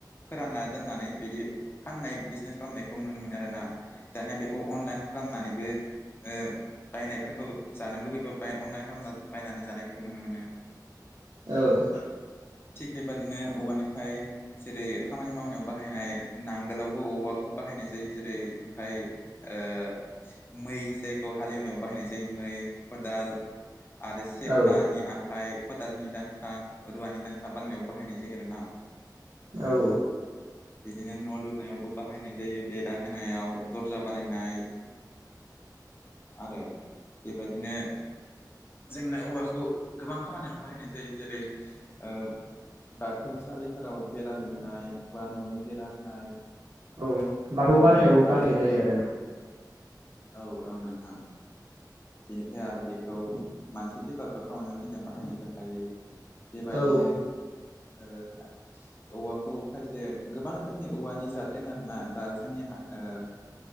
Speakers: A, on the left (about 30°); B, on the right (about 85°).
A: फोरानना दोननानै बिदि फाननाय बिजनेस खालामनायखौ नुनो मोनो आरो ना दानिया बेखौ अनलाइन खालामनानैबो ओ बायनायफोरखौ जानो लुुबैबा बाय अनलाइन खालामना बायनानै जानायखौबो नुनो मोनो।
B: औ।
A: थिग बेबादिनो औवानिफ्राय जेरै खामानि मावनायाव बाहायनाय नांगोलावबो औवाखौ बाहायनाय जायो जेरै ओमफाय ओ मै जायखौ हालेवनायाव बाहायनाय जायो मै, खदाल आरो सेखानि
B: औ
A: आखाइ, खदालनि दान्था, रुवानि दान्था बानायनायाव बाहायनाय जायो आरो ना।
B: औ।
A: बिदिनो न' लुनायावबो बाहायनाय जायो बेरा होनायाव, दर्जा बानायनाय। आरो बेबायदिनो जोंनो औवाखौ गोबां खामानियावनो बाहायनाय जायो जेरै ओ बाथौ सालिफोराव बे रा दुमनाय बा न'नि बेरा होनाय।
B: औ बाथौ
A: ओ
B: बानायावबो
A: आरो
B: बानाय जायो आरो ना।
A: औ औ नोंथां। बेनिफ्राय आरो बेखौ मानसि थैबाथ' सावनायाव जोंनिया बाहायनाय जाखायो। बेबायदिनो
B: औ
A: ओ औवाखौ खायसे गोबां रोखोमनि औवानि जाद दों आरोना दा जोंनि हा ओ